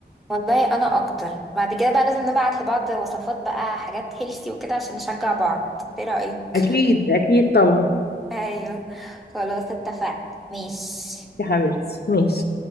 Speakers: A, in the centre; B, on the left.
A: والله انا اكتر بعد كده بقى لازم نبعت لبعض وصفات بقى حاجات هيلثي وكده عشان نشجع بعض ايه رأيك
B: أكيد اكيد طبعا
A: ايوه خلاص اتفقنا ماشي
B: يا حبيبتي ماشي